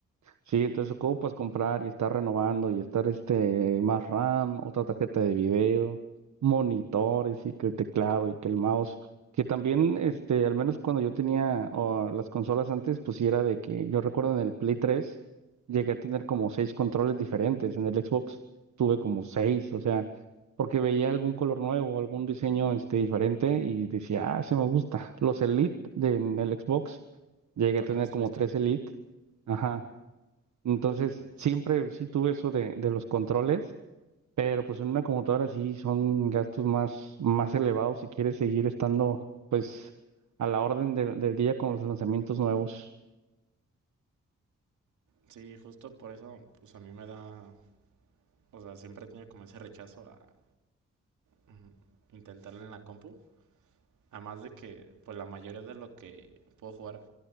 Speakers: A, on the right (about 70°); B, on the right (about 85°).
A: Sí, entonces ocupas comprar y estar renovando y estar este más RAM, otra tarjeta de video, monitores y que el teclado y que el mouse, que también este al menos cuando yo tenía oh, las consolas antes, pues sí era de que yo recuerdo en el Play 3 llegué a tener como seis controles diferentes, en el Xbox tuve como seis, o sea, porque veía algún color nuevo, algún diseño este diferente y decía, "Ah, se me gusta." Los Elite de, en el Xbox llegué
B: También
A: a tener
B: los
A: como
B: tuviste.
A: tres Elite. Ajá. Entonces,
B: Sí.
A: siempre sí tuve eso de, de los controles, pero pues en una computadora sí son gastos más, más elevados si quieres seguir estando pues a la orden del del día con los lanzamientos nuevos.
B: Sí, justo por eso, pues a mí me da, o sea, siempre he tenido como ese rechazo a mm, intentarlo en la compu. Además de que, pues la mayoría de lo que puedo jugar